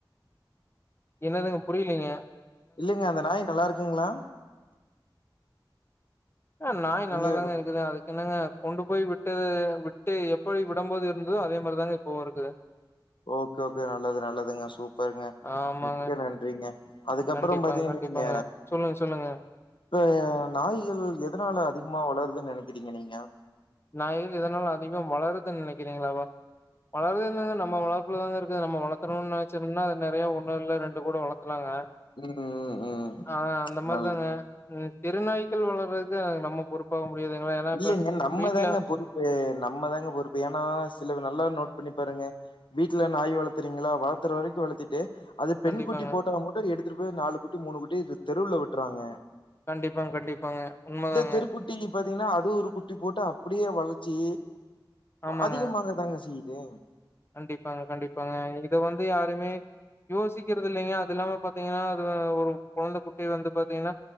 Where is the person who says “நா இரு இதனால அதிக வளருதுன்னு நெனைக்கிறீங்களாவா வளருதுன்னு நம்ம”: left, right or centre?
Left